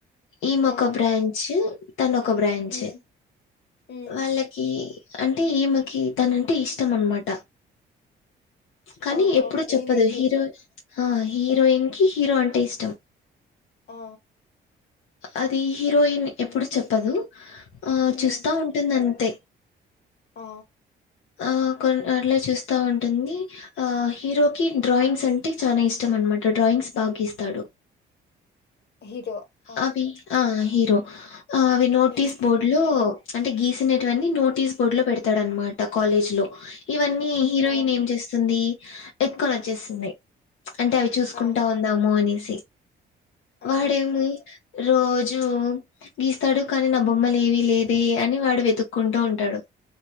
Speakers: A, on the left; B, on the left.
A: ఈమోకా
B: ఆ
A: బ్రాంచ్ తను ఒక బ్రాంచ్
B: ఉమ్ ఉమ్
A: వాళ్ళకి అంటే ఈమెకి తనంటే ఇష్టం అన్నమాట కానీ
B: ఓహో
A: ఎప్పుడు చెప్పదు
B: ఈమెకి
A: హీరో ఆ హీరోయిన్ కి హీరో అంటే ఇష్టం
B: ఆ
A: అది హీరోయిన్ ఎప్పుడు చెప్పదు ఆ చూస్తా
B: ఉమ్
A: ఉంటుంది అంతే
B: ఆ
A: ఆ కొన్ అట్లా చూస్తా ఉంటుంది ఆ హీరోకి డ్రాయింగ్స్ అంటే చాన ఇష్టం అనమాట డ్రాయింగ్స్ బా గీస్తాడు
B: హీరో ఆ
A: అవి ఆ హీరో అవి నోటీస్
B: ఉమ్
A: బోర్డు లో అంటే గీస్ టువని నోటీస్ బోర్డు లో పెడతాడనమాట కాలేజ్ లో ఇవన్నీ హీరోయిన్
B: ఆ
A: ఏం చేస్తుంది ఎత్తుకొనివచ్చేస్తుంది అంటే అవి చూసుకుంటా
B: ఆ
A: ఉందాము అనేసి సి వా
B: ఆ
A: డేమి రోజూ గీస్తాడు కానీ నా బొమ్మలు ఏవీ లేదే అని వాడు వెతుక్కుంటూ ఉంటాడు